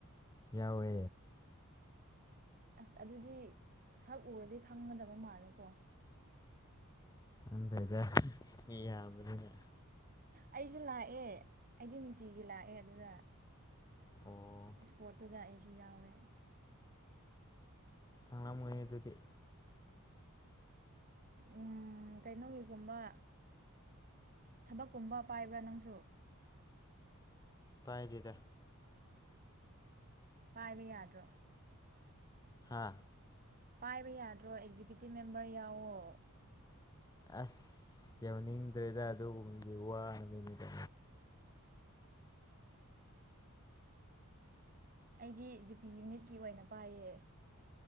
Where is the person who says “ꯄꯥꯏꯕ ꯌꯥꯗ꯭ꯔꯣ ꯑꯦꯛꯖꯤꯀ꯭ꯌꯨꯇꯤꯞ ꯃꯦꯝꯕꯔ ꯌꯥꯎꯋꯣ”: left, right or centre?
Right